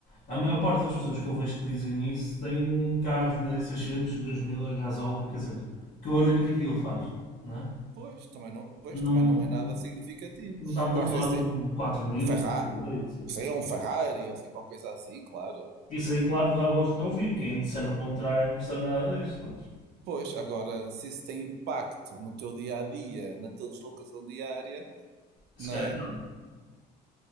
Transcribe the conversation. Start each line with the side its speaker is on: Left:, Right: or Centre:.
Left: a maior parte das pessoas que eu vejo que dizem isso têm carros 1600, 2000 a gasóleo, quer dizer, que barulho que aquilo faz, não é?
Right: Pois, também não, pois,
Left: Não,
Right: também não é nada significativo.
Left: não estávamos
Right: Gosto
Left: a falar
Right: de
Left: de um 4000,
Right: Ferrari,
Left: um 2008.
Right: sei, é um Ferrari ou assim, qualquer coisa assim, claro.
Left: Isso aí, claro que dá
Right: mas-
Left: gosto de ouvir, quem disser o contrário não percebe nada disto, mas
Right: Pois, agora, se isso tem impacto no teu dia a dia, na tua deslocação diária,
Left: se
Right: não
Left: calhar
Right: é?
Left: não.